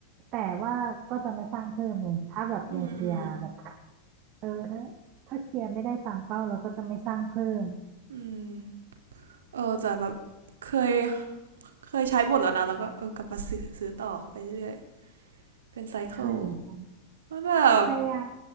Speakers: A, on the right; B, on the right.
A: แต่ว่าก็จะไม่สร้างเพิ่มไงถ้าแบบยังเคลียร์แบบ
B: <laughs> อืมอืม
A: เออถ้าถ้าเคลียร์ไม่ได้ตามเป้าเราก็จะไม่สร้างเพิ่ม
B: อืมเออแต่แบบเคยเคยใช้หมดแล้วนะแล้วก็เออกลับมาซื้อซื้อต่อไปเรื่อยๆเป็นไซเคิล
A: เคยเหมือนกัน
B: มันแบบ
A: พยายาม